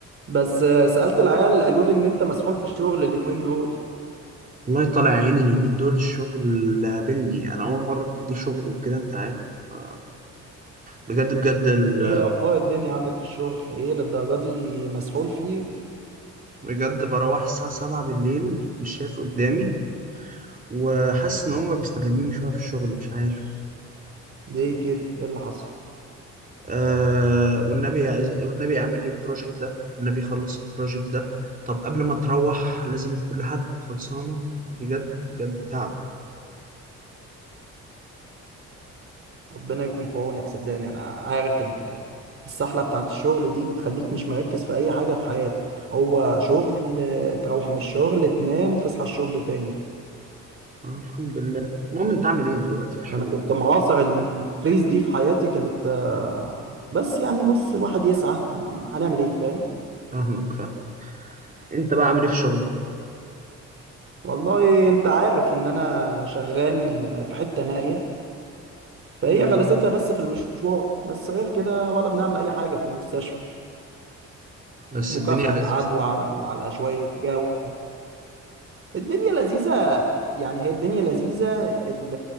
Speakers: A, on the right; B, on the right.
A: بس آه، سألت العيال قالوا لي ان انت مسحول في الشغل اليومين دول
B: والله طالع عيني اليومين دول الشغل اللي قابلني انا اول مره ابتدي شغل وكده انت عارف ف- بجد بجد ال...
A: انت ايه اخبار الدنيا عندك في الشغل ايه للدرجه دي مسحول فيه
B: بجد بروح الساعه 7 بالليل مش شايف قدامي وحاسس ان هم بيستغلوني شويه في الشغل مش عارف
A: ليه كده ايه اللي حصل
B: آه والنبي يعز... والنبي يعمل لي البروجكت ده والنبي يخلص البروجكت ده طب قبل ما تروح لازم كل حاجه تبقى خلصانه بجد بجد تعب
A: ربنا يكون في عونك صدقني انا عارف ال- السحله بتاعت الشغل دي بتخليك مش مركز في اي حاجه في حياتك هو شغل آه، تروح من الشغل تنام تصحى الشغل تاني
B: آه الحمد لله المهم انت عامل ايه دلوقتي في الشغل
A: انا كنت
B: بتاعك
A: معاصر الفيز دي في حياتي كانت آه، بس يعني بص الواحد يسعى آه، هنعمل ايه فاهم
B: فاهمك فاهم انت بقى عامل ايه في شغلك
A: والله انت عارف ان انا شغال في حتة نائية فهي
B: مم.
A: غلستها بس في المشوار بس غير كده ولا بنعمل اي حاجة في المستشفى
B: بس
A: مكافحة
B: الدنيا لذيذة
A: عدوى على على شوية جو الدنيا لذيذة يعني هي الدنيا لذيذة في ال...